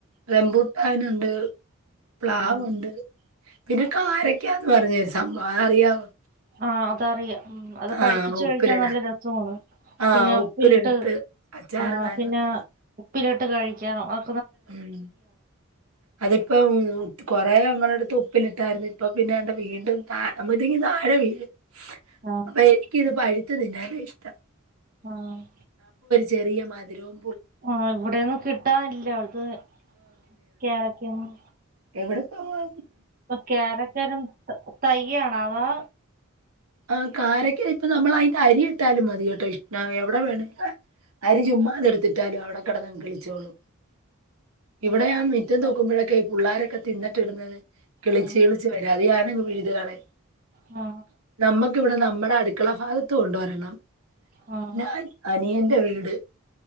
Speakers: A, on the right (about 80°); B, on the right (about 40°).
A: റൂംബൂട്ടാനൊണ്ട് - പ്ലാവോണ്ട്
B: ആ
A: പിന്നെ കാരക് ക്കാന്നു പറഞ്ഞെഒരു സംഭം അതറിയാവോ?
B: ആ അതറിയാം അത് പഴുപ്പിച്ച്
A: ആഹ് ഉപ്പിലിടാൻ
B: കഴിക്കാൻ നല്ലരസവാണ്
A: ആഹ്
B: പിന്നെ ഉപ്പിലിട്ടത്
A: ഉപ്പിലിട്ട് അച്ചാറിടാനും
B: ആ പിന്നെ
A: ഒക്കെ
B: ഉപ്പിലിട്ട് കഴിക്കാനോ ആർ
A: ഉം അതിപ്പം കൊറേ ഞങ്ങടടുത് ഉപ്പിലിട്ടായിരുന്നു ഇപ്പപിന്നെ ആണ്ടേ വീണ്ടും താ അപ്പത്തേക്കും താഴെ വീഴും.
B: ആ
A: പ്പ എനിക്കൊരു പഴ് ത്ത്തിന്നാനാ ഇഷ്ട്ടം
B: ആഹ്
A: ചെറിയ മധുരോം
B: ആ ഇവിടെയോന്നും കിട്ടാനിൽ <unintelligible> <unintelligible> കാരക്കയൊന്നും
A: എവിടെ പോവാ?
B: കാരക്കേടെ തയ്യാണോ? അവാ
A: ആ കാരക്ക നമ്മളിപ്പയിന്റെ അരി ഇട്ടാലും മതീയട്ടൊ ആ <unintelligible> അരി ചുമ്മാതെടുത്തിട്ടാലും അവടെ കെടന്നങ് കിളിച്ചോളും. ഇവടെ ഞാൻ മിറ്റ് മുറ്റം തൂക്കുമ്പഴക്കെ ഈ പിള്ളേരൊക്കെ തിന്നിട്ടിടുന്നത് കിളിച്ച്
B: ആ
A: കിളിച്ച് വരും അത്ഞാൻ പിഴിതുകളയും.
B: ആ
A: നമ്മക്കിവിടെ നമ്മടെ അടുക്കള ഭാ ഗത്തും ഉണ്ട് ഒരെണ്ണം.
B: ആഹ്
A: ഞാൻ അനിയന്റെ വീട്ട്